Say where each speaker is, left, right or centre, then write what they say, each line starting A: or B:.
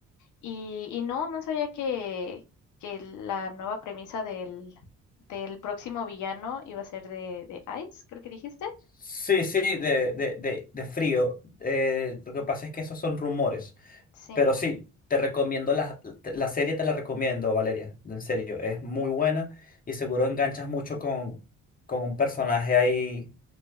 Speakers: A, on the left (about 75°); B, on the left (about 30°).
A: Y, y no, no sabía que, que la nueva premisa del, del próximo villano iba a ser de, de Ice, creo que dijiste.
B: Sí, sí, de,
A: Sí.
B: de, de, de frío. Eh, lo que pasa es que esos son rumores.
A: Sí.
B: Pero sí, te recomiendo la, te- la serie, te la recomiendo, Valeria, en serio, es muy buena y seguro enganchas mucho con, con un personaje ahí,